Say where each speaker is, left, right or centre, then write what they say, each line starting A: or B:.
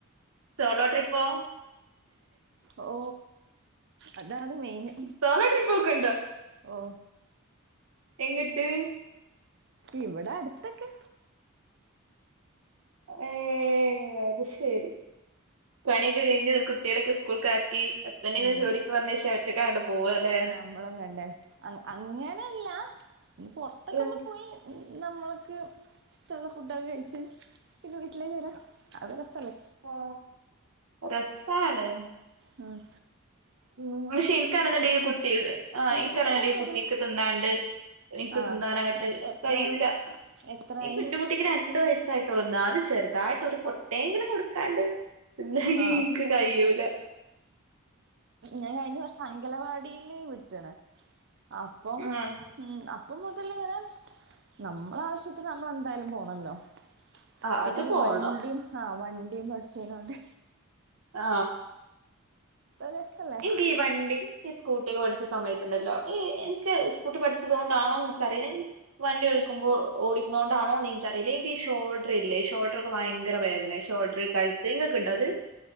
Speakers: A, on the right; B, on the right.
A: സോളോ ട്രിപ്പോ?
B: ഓ അതാണ് മെയിന്
A: സോളോ ട്രിപ്പ് ഒക്കെ
B: ഓ.
A: എങ്ങട്ട്?
B: ഇവിടെ അടുത്തൊക്കെ
A: ഏ അത്‌ശെരി പണിക്കൊകഴിഞ്ഞ് കുട്ട്യേളെക്കെ സ്കൂൾക്കാക്കി ഹസ്ബൻഡിനെ
B: ഉം
A: ജോലിക്ക് പറഞ്ഞയ്ശ്യാ ഒറ്റക്കങ്ങട്ട് പോവല്ലെ
B: ഞമ്മളും വേണ്ടേ അ അങ്ങനെല്ല പൊറത്തൊക്കൊന്ന്
A: ഉം.
B: പോയി നമ്മൾക്ക് ഇഷ്ടള്ള ഫുഡൊക്കെ കഴിച്ച് പിന്നെ വീട്ടിലേക്ക് വരാം അത് രസല്ലേ
A: ആ രെസാണ്
B: ആ
A: ഉം പക്ഷെ ഇൻക്കാണ്ന്ന്ണ്ടെങ്കി ഈ കുട്ടില്ലേ ആ
B: കിട്ടണ
A: ഇൻകാണ്ന്ന്ണ്ടെങ്കി
B: ഗ്യാപ്പിൽ
A: കുട്ടിക്ക് തിന്നാണ്ട് എൻക്ക്
B: ആ
A: തിന്നാനങ്ങട്ട്
B: എ- എത്രയായി
A: കയ്യൂല
B: എത്രയായി
A: എനിക്ക് എന്റെ കുട്ടിക്ക് രണ്ടു വയസ്സായി ട്ടൊള്ളൂ ന്നാലുംചെറുതായിട്ട് ഒരു പൊട്ടെങ്കിലും കൊടുക്കാണ്ട് തിന്നാനെനിക്ക്
B: ആ
A: കൈയ്യൂല
B: ഞാൻ കഴിഞ്ഞ വർഷം അങ്കലവാടില് വിട്ട്ണ്. അപ്പം
A: ഉം.
B: ഉം അപ് പ്പം മുതല് ങ്ങനെ നമ്മളാവശ്യത്തിന് നമ്മളെന്തായലും പോണല്ലോ
A: ആ,
B: പിന്നെപ്പോ
A: അത് പോണം
B: വണ്ടിം ആ വണ്ടിയും പഠിച്ചതാേണ്ട്
A: ആ
B: രസല്ലേ
A: എൻക്കീ വണ്ടി ഈ സ്കൂട്ടിക്കൊ പഠിച്ച സമയത്തുണ്ടല്ലോ എ എൻക്ക് സ്കൂട്ടി പഠി ച്ചതോണ്ടാണോ എൻക്കറിയില്ല എൻ വണ്ടി ഓടിക്കുമ്പോ ഓടിക്ക്ണോണ്ടാനിക്കറിയില്ല എനിക്ക് ഷോൾഡറില്ലേ ഷോൾ ഡ്രക്കെ ഭയങ്കര വേദന ഷോൾഡർ കഴുത്ത് ഇങ്ങക്ക്ണ്ടോ അത്?